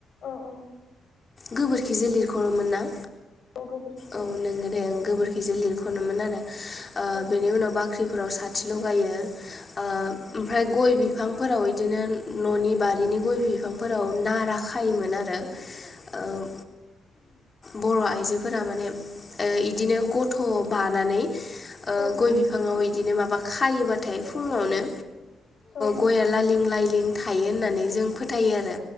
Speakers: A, on the left; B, on the left.
A: औ औ।
B: गोबोरखि जोलिर खर मोन नां
A: गोबोरखिजों
B: औ नंगौ दे गोबोरखि बिजे लिरख'नोमोन आरो ओ
A: औ
B: बेनि उनाव बाख्रिफोराव साथि लगायो ओ
A: गोबोरखिजों
B: ओमफ्राय गय बिफांफोराव बिदिनो न'नि बारिनि गय बिफांफोराव नारा खायोमोन आरो ओ बर' आइजोफोरा माने ओ इदिनो गथ' बानानै ओ
A: औ
B: गय बिफाङाव इदिनो माबा खायोबाथाय फुङावनो
A: औ
B: गया लालिं लाइलिं थायो होननानै जों फोथायो आरो